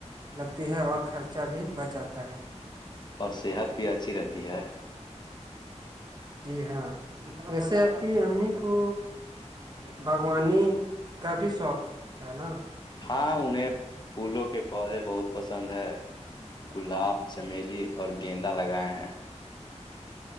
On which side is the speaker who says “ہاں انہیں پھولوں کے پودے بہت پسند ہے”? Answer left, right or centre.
Left